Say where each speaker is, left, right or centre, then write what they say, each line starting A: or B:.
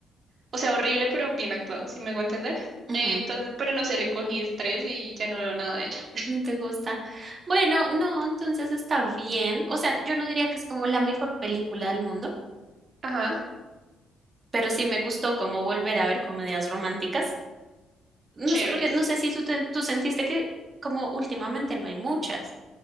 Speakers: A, on the right; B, on the right.
A: O sea, horrible, pero bien actuado, si me hago entender.
B: ujú,
A: Eh, entonces, pero no sé, le cogí estrés y ya no veo nada de ella.
B: no te gusta. Bueno, no, entonces está bien, o sea, yo no diría que es como la mejor película del mundo,
A: Ajá.
B: pero sí me gustó como volver a ver comedias románticas. No
A: chéveres.
B: sé por qué, no sé si tú, te- tú sentiste que como últimamente no hay muchas,